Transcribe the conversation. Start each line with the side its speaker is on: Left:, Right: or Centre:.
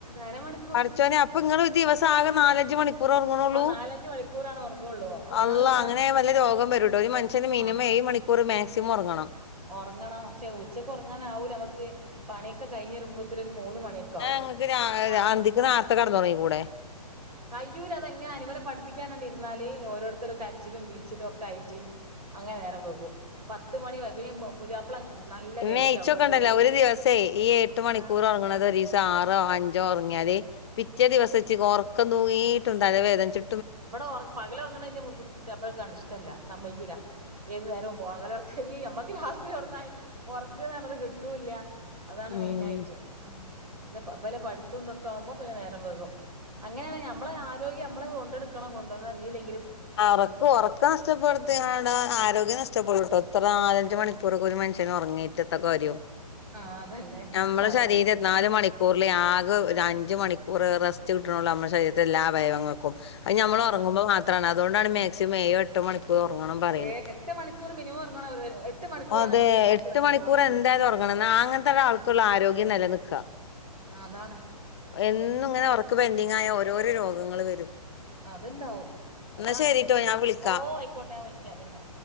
Right: അരമണി
Left: പടച്ചോനെ അപ്പൊ ഇങ്ങള് ദിവസം ആകെ നാലഞ്ച് മണിക്കൂർ ഒറങ്ങണൊള്ളൂ
Right: ആ നാലഞ്ച് മണിക്കൂറാണ് ഒറങ്ങുള്ളൂ. അതാണ്
Left: അള്ള
Right: ഞാൻ
Left: അങ്ങനായ വല്യ രോഗം വരൂട്ടോ ഒരു മനുഷ്യന് മിനിമം
Right: ആ
Left: ഏയ്‌ മണിക്കൂർ മാക്സിമം ഒറങ്ങണം
Right: ഒറങ്ങണം പക്ഷേ ഉച്ചക്ക് ഒറങ്ങാനാവൂലമക്ക് പണിയൊക്കെ കഴിഞ്ഞ രുമ്പോത്തിന് ഒരു മൂന്ന് മണിയൊക്കെ
Left: ന്നാ
Right: ആവും
Left: ഇങ്ങക്ക് രാ
Right: ആഹ്
Left: അന്തിക്ക് നാർത്ത കടന്നൊറങ്ങി കൂടെ
Right: കയ്യൂലാ അതെങ്ങെനായാലും ഇവരെ പഠിപ്പിക്കനണ്ടിരുന്നാല് ഓരോരുത്തരു കരച്ചിലും ബീച്ചിലും ഒക്കെ ആയിട്ട് അങ്ങനെ നേരം വൈകും പത്ത്മണി ചെൽപ്പങ്ങി പുതിയാപ്പള നല്ല
Left: ഇമ്മേ
Right: ലേറ്റാ
Left: ഇച്ചോക്കെണ്ടല്ലോ
Right: വെറുതെ
Left: ഒരു ദിവസേ ഈ എട്ട് മണിക്കൂറോറങ്ങണത്
Right: ആ
Left: ഒരീസം ആറോ അഞ്ചോ ഒറങ്ങിയാല് പിറ്റേ ദിവസം ഇച്ച് ഒറക്കം തൂങ്ങിയിട്ടു തലവേദനിച്ചു
Right: ഇബടെ ഒർങ്ങണത് പകലൊറങ്ങണതിന്റെ പുതിയാപ്പളക്ക് ഇഷ്ടല്ല സമ്മയ്‌ക്കൂല്ല ഏത് നേരവും പകലൊറക്ക ന്നെ ഞമ്മക്ക് രാത്രി ഒറങ്ങന് ഉറക്കന്ന്റഞത് കിട്ടൂല്ല അതാണ്
Left: ഉം
Right: മെയിനായിട്ട് ഉം പിന്നെ ബലെ പഠിത്തോം ന്തൊക്കെ ആവുമ്പോ പിന്നെ നേരം വൈകും അങ്ങനെയാണ് നമ്മളെ ആരോഗ്യം നമ്മള് കൊണ്ടെടുക്കണം കൊണ്ടോന്ന്ന്നിയില്ലെങ്കിലും
Left: ഒറക്ക് ഒറക്ക നഷ്ടപ്പെടുത്തിങ്ങാണ്ട് ആരോഗ്യം നഷ്ടപ്പെടുട്ടോ ഇത്ര നാലഞ്ചു
Right: ആഹ്
Left: മണിക്കൂറൊക്കൊ ഒരു മനുഷ്യ നൊറങ്ങീട്ടെത്ത കാര്യം
Right: ആഹ് അതന്നെ
Left: നമ്മളെ
Right: അതാണ്
Left: ശരീര നാല് മണിക്കൂറില് ആകെ ഒരു അഞ്ചമണിക്കൂർ റെസ്റ്റ് കിട്ടണൊള്ളൂ നമ്മുടെ ശരീരത്തെ എല്ലാ അവയവങ്ങൾക്കും അഹ് ഞമ്മള്
Right: ആഹ്
Left: ഒറങ്ങുമ്പോ മാത്രാണ് അതുകൊണ്ടാണ് മാക്സിമം ഏയ്എട്ട് മണിക്ക ക്കൂർ ഒറങ്ങണം പറീണത്
Right: ഏ എട്ട് മണിക്കൂർ മിനിമം ഒറങ്ങണം ഒരു ഒരു- എട്ട് മണിക്കൂറാണ്
Left: അതേ
Right: ഒരു ശരാശരി
Left: എട്ട്മണിക്കൂർ
Right: മനുഷ്യന്റെ ഒറക്ക്
Left: എന്തയാലും ഒർ അങ്ങനത്താൾക്കൊള്ളൂ
Right: ഉം
Left: ആരോഗ്യം നെലനിക്ക
Right: അതാണ്
Left: എന്നുങ്ങനെ
Right: ശെ
Left: ഒറക്ക് ക്ക് പെൻ്റിങ്ങായ ഓരോരോ രോഗങ്ങള് വരും
Right: അത്ണ്ടാവും അതാണ്
Left: എന്നാ ശരിട്ടോ ഞാൻ വിളിക്കാം
Right: ഓഹ് ആയിക്കോട്ടെ ഞാൻ വിളിക്ക പിന്നെ